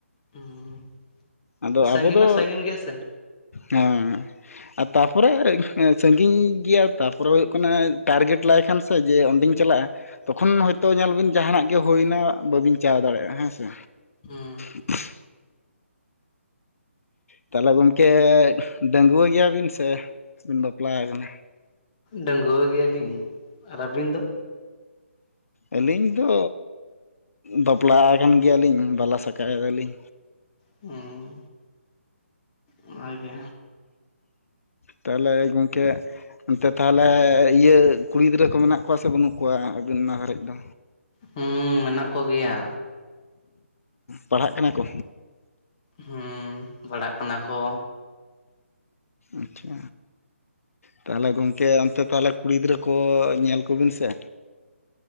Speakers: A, on the left (about 25°); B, on the left (about 85°).
A: ᱦᱩᱸ
B: ᱟᱫᱚ
A: ᱥᱟᱺᱜᱤᱧ
B: ᱟᱵᱚ ᱫᱚ
A: ᱦᱚᱸ ᱥᱟᱺᱜᱤᱧ ᱜᱮᱭᱟ ᱥᱮ
B: ᱦᱮᱸ ᱟᱨ ᱛᱟᱨᱯᱚᱨᱮ ᱥᱟᱺᱜᱤᱧ ᱜᱮᱭᱟ ᱛᱟᱨᱯᱚᱨᱮ ᱦᱩᱭᱩᱜ ᱠᱟᱱᱟ ᱴᱟᱨᱜᱮᱴ ᱞᱟᱭ ᱠᱷᱟᱱ ᱥᱮ ᱡᱮ ᱚᱸᱰᱮᱧ ᱪᱟᱞᱟᱜ-ᱟ᱾ ᱛᱚᱠᱷᱚᱱ ᱦᱳᱭ ᱛᱳ ᱧᱮᱞ ᱵᱤᱱ ᱡᱟᱦᱱᱟᱜ ᱜᱮ ᱦᱳᱭᱱᱟ ᱵᱟᱹᱵᱤᱱ ᱪᱟ ᱫᱟᱲᱮᱭᱟᱜ-ᱟ ᱦᱮᱸ ᱥᱮ᱾
A: ᱦᱩᱸ
B: <inaudible> ᱛᱟᱦᱚᱞᱮ ᱜᱚᱢᱠᱮ ᱰᱟᱜᱩᱣᱟᱹ ᱜᱮᱭᱟᱵᱤᱱ ᱥᱮ ᱵᱤᱱ ᱵᱟᱯᱞᱟᱣ ᱠᱟᱱᱟ?
A: ᱰᱟᱺᱜᱩᱣᱟᱹ ᱜᱮᱭᱟᱞᱤᱧ ᱟᱨ ᱟᱹᱵᱤᱱ ᱫᱚ?
B: ᱟᱹᱞᱤᱧ ᱫᱚ ᱵᱟᱯᱞᱟ ᱠᱟᱱ ᱜᱮᱭᱟᱞᱤᱧ ᱵᱟᱞᱟ ᱥᱟᱠᱟᱭ ᱟᱞᱤᱧ᱾
A: ᱦᱚᱸ ᱚᱱᱟ ᱜᱮ᱾
B: ᱛᱟᱦᱚᱞᱮ ᱜᱚᱝᱠᱮ ᱚᱱᱛᱮ ᱛᱟᱦᱚᱞᱮ ᱤᱭᱟᱹ ᱠᱩᱲᱤ ᱜᱤᱫᱽᱨᱟᱹ ᱠᱚ ᱢᱮᱱᱟᱜ ᱠᱚᱣᱟ ᱥᱮ ᱵᱟᱹᱱᱩᱜ ᱠᱚᱣᱟ ᱟᱵᱤᱱ ᱚᱱᱟ ᱜᱷᱟᱨᱮᱡ ᱫᱚ?
A: ᱦᱩᱸ ᱢᱮᱱᱟᱜ ᱠᱚ ᱜᱮᱭᱟ᱾
B: ᱯᱟᱲᱦᱟᱜ ᱠᱟᱱᱟ ᱠᱚ?
A: ᱦᱩᱸ ᱯᱟᱲᱦᱟᱜ ᱠᱟᱱᱟ ᱠᱚ᱾
B: ᱟᱪᱪᱷᱟ ᱛᱟᱦᱚᱞᱮ ᱜᱚᱝᱠᱮ ᱚᱱᱛᱮ ᱛᱟᱦᱚᱞᱮ ᱠᱩᱲᱤ ᱜᱤᱫᱽᱨᱟᱹ ᱠᱚ ᱧᱮᱞ ᱠᱚᱵᱤᱱ ᱥᱮ᱾